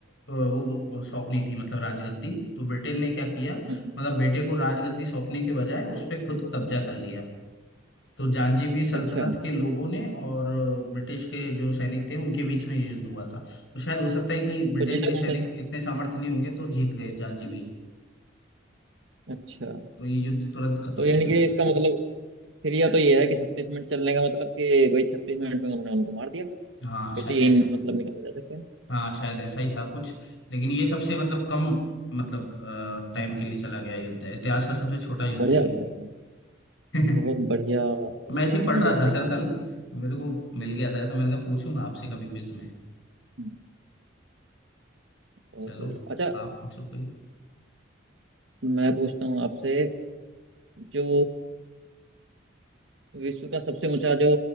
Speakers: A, on the left; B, on the right.
A: अ, वो वो सौंपनी थी मतलब राजगद्दी तो ब्रिटेन ने क्या किया मतलब
B: हम्म
A: बेटे को राजगद्दी सौंपने के बजाय उस पर खुद कब्जा कर लिया तो जांजीबी सल्तनत
B: अच्छा
A: के लोगों ने और ब्रिटिश के जो सैनिक थे उनके बीच में ये युद्ध हुआ था तो शायद हो सकता है कि ब्रिटेन
B: तो जीता
A: के सैनिक
B: कौन था
A: इतने सामर्थ्य नहीं होंगे तो जीत गए जांजीबी
B: अच्छा
A: तो ये युद्ध तुरंत खत्म
B: तो
A: हो
B: यानी
A: गया
B: कि
A: था
B: इसका मतलब फिर या तो ये है कि छत्तीस मिनट चलने का मतलब कि भाई छत्तीस मिनट में उन्होंने उनको मार दिया
A: हाँ शायद
B: फिर तो यही
A: ऐसा है
B: मतलब निकाला जा सकता है
A: हाँ शायद ऐसा ही था कुछ लेकिन ये सबसे मतलब कम मतलब टाइम
B: हम्म
A: के लिए चला गया युद्ध है इतिहास का सबसे छोटा युद्ध
B: बढ़िया
A: है ये
B: बताया तुमने।
A: <laughs>
B: बहुत बढ़िया चीज
A: मैं ऐसे
B: आपने
A: ही पढ़
B: मुझे
A: रहा
B: बताई
A: था सर
B: आज
A: कल
B: ना
A: तो मेरे को मिल गया था तो मैंने कहा पूछूंगा आपसे कभी क्विज में
B: हम्म, बहुत
A: चलो
B: बढ़िया अच्छा
A: आप पूछो कोई
B: मैं पूछता हूँ आपसे जो विश्व का सबसे ऊंचा जो